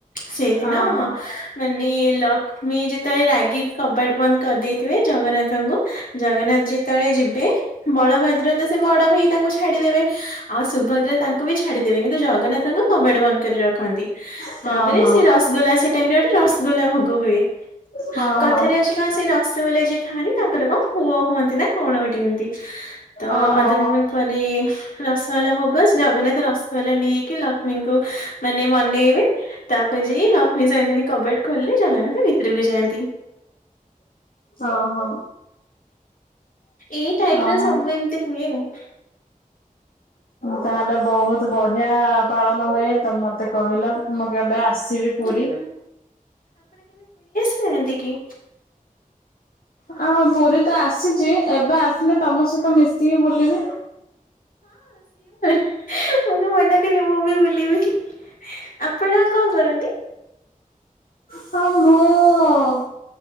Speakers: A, on the left; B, on the left.
A: ସେଇଦିନ
B: ହଁ ହଁ
A: ମାନେ ଲକ୍ଷ୍ମୀ ଯେତେବେଳେ ରାଗିକି କବାଟ ବନ୍ଦ କରିଦେଇଥିବେ ଜଗନ୍ନାଥଙ୍କୁ ଜଗନ୍ନାଥ ଯେତେବେଳେ ଯିବେ ବଳଭଦ୍ର ତ ସେ ବଡ ଭାଇ ତାଙ୍କୁ ଛାଡିଦେବେ ଆଉ ସୁଭଦ୍ରା ତାଙ୍କୁ ବି ଛାଡିଦେବେ କିନ୍ତୁ ଜଗନ୍ନାଥଙ୍କୁ କବାଟ ବନ୍ଦ କରି ରଖନ୍ତି
B: ହୁଁ
A: ତାପରେ
B: ହଁ ହଁ
A: ସେ ରସଗୋଲା ସେ ଟାଇମ ରେ ଗୋଟେ ରସଗୋଲା ଭୋଗ ହୁଏ
B: ହଁ
A: କଥାରେ
B: ହଁ
A: ଅଛି କଣ ସେ ରସଗୋଲା ଯିଏ ଖାଆନ୍ତି ତାଙ୍କର କଣ ପୁଅ ହୁଅନ୍ତି ନା କଣ ଗଟେ ଏମିତି ତ
B: ଓହୋ
A: ଆଦରବୁଲ
B: ହୋ
A: ପରେ ରସଗୋଲା ଭୋଗ ଜଗନ୍ନାଥ ରସଗୋଲା ନେଇକି ଲକ୍ଷ୍ମୀଙ୍କୁ ମାନେ ମନେଇବେ ତା ଯାଇ ଲକ୍ଷ୍ମୀ ସାନ୍ତାଣି କବାଟ ଖୋଲିଲେ ଜଗନ୍ନାଥ ଭିତରକୁ ଯାଆନ୍ତି
B: ହଁ ହଁ
A: ଏଇ ଟାଇପରେ
B: ଓହୋ।
A: ସବୁ ଏମିତି ହୁଏ ମୁ
B: ତାହେଲେ ବହୁତ ବଢିଆ ପାଳନ ହୁଏ ତ ମତେ କହିଲ ମୁଁ କେବେ ଆସିବି ପୁରୀ
A: ହୁଁ ଏନ୍ତିକି
B: ହଁ ପୁରୀ ତ ଆସିଛି ଏବେ ଆସିଲେ ତମ ସହିତ ମିଶିକି ବୁଲିବି
A: ହି ମୁଁ କଣ ମନା କଲି ମୁଁ ବି ବୁଲିବି। ଆପଣ କଣ କରନ୍ତି?
B: ହ ମୁଁ-ଉ-ଉ-ଉ